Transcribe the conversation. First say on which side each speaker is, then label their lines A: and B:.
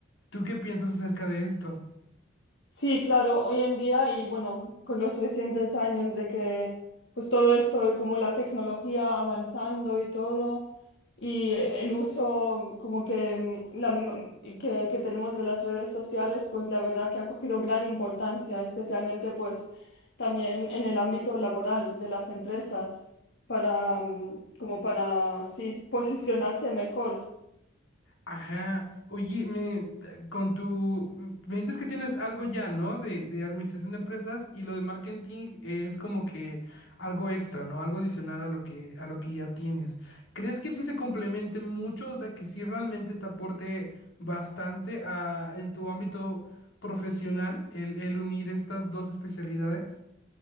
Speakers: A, on the left; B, on the left.
A: ¿Tú qué piensas acerca de esto?
B: Sí, claro, hoy en día y bueno, con los recientes años de que pues todo esto, como la tecnología avanzando y todo, y eh, el uso como que, mm, la m- que, que tenemos de las redes sociales, pues la verdad que ha cogido gran importancia, especialmente pues también en el ámbito laboral de las empresas, para, mm, como para, sí, posicionarse mejor.
A: Ajá. Oye, me eh, con tu me dices que tienes algo ya, ¿no? De, de administración de empresas y lo de marketing es como que algo extra, ¿no? Algo adicional a lo que a lo que ya tienes. ¿Crees que sí se complemente mucho? O sea, que sí realmente te aporte bastante a en tu ámbito profesional el, el unir estas dos especialidades.